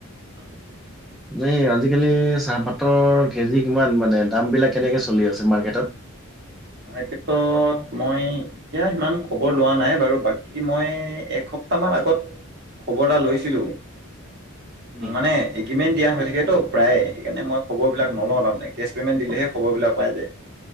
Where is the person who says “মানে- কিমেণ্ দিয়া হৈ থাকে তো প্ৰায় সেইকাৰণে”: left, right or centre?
Right